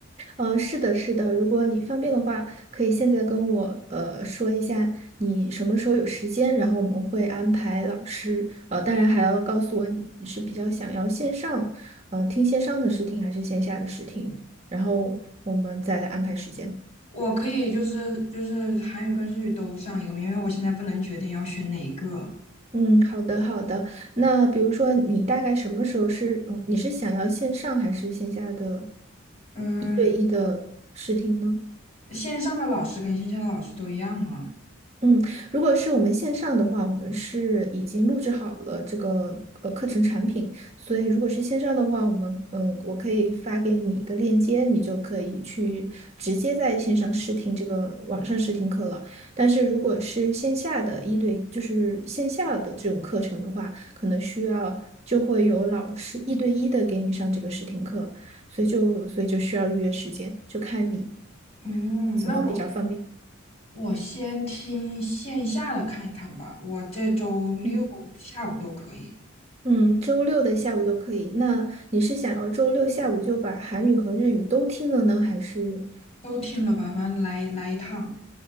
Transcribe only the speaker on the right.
呃，是的，是的，如果你方便的话，可以现在跟我呃说一下你什么时候有时间，然后我们会安排老师。呃，当然还要告诉我你是比较想要线上，呃，听线上的试听还是线下的试听，然后我们再来安排时间。
嗯，好的好的。那比如说，你大概什么时候是，呃，你是想要线上还是线下的
一对一的试听呢？
嗯，如果是我们线上的话，我们是已经录制好了这个呃课程产品，所以如果是线上的话，我们嗯，我可以发给你一个链接，你就可以去直接在线上试听这个网上试听课了。但是如果是线下的一对，就是线下的这种课程的话，可能需要就会有老师一对一的给你上这个试听课，所以就所以就需要预约时间，就看你
怎么比较方便。
嗯嗯，周六的下午都可以。那你是想要周六下午就把韩语和日语都听了呢，还是？